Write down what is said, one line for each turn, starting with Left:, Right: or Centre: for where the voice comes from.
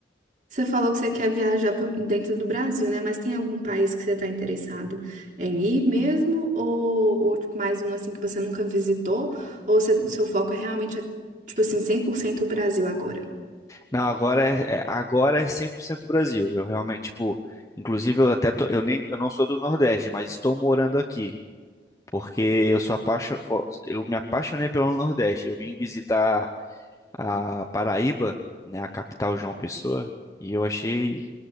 Right: Você falou que você quer viajar pro- dentro do Brasil, né? Mas tem algum país que você está interessado em ir mesmo? Ou, ou, tipo, mais um assim que você nunca visitou? Ou você- seu foco é realmente, é, tipo assim, 100% o Brasil agora?
Left: Não, agora é, é- agora é 100% Brasil. Eu realmente, tipo, inclusive eu até tô- eu nem eu não sou do Nordeste, mas estou morando aqui, porque eu sou apaixo, eu me apaixonei pelo Nordeste. Eu vim visitar a Paraíba, né, a capital João Pessoa, e eu achei